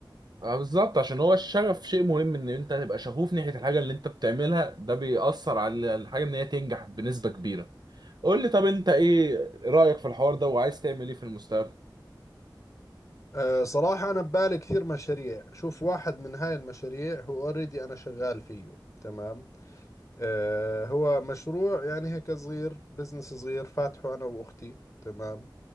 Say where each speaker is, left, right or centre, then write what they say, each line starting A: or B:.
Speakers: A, on the right; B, on the left.
A: اه بالظبط عشان هو الشغف شيء مهم ان انت تبقى شغوف ناحية الحاجة اللي انت بتعملها ده بيأثر على الحاجة ان هي تنجح بنسبة كبيرة قول لي طب انت ايه رأيك في الحوار ده وعايز تعمل ايه في المستقبل
B: أه صراحة أنا ببالي كثير مشاريع شوف واحد من هاي المشاريع هو اوريدي أنا شغال فيه تمام أه هو مشروع يعني هيك صغير بزنس صغير فاتحه أنا وأختي تمام